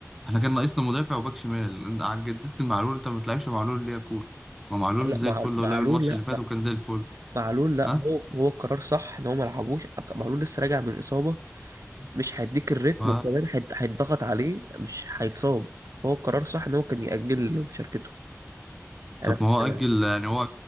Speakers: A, in the centre; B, on the right (about 80°).
A: احنا كان ناقصنا مدافع وباك شمال انت ع- جددت المعلول انت ما بتلعبش معلول ليه يا كول ما معلول
B: لا
A: زي
B: مع
A: الفل
B: معلول
A: هو لعب الماتش
B: لا
A: اللي فات
B: مع...
A: وكان زي الفل
B: معلول لا
A: ها
B: هو هو قرار صح ان هو ما لعبوش معلول لسه راجع من اصابه مش هيديك الريتم
A: ف...
B: وكمان هيت- هيتضغط عليه مش هيتصاب فهو القرار صح ان هو كان يأجل مشاركته انا
A: طب
B: كنت
A: ما هو أجل يعني هو